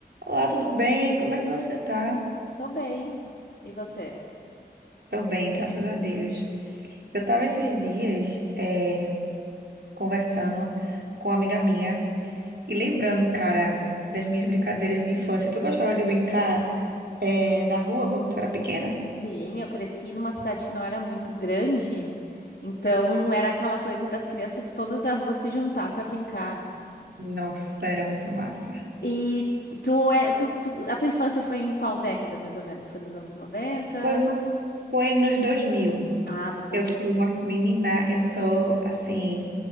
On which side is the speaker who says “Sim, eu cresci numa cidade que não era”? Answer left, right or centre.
Left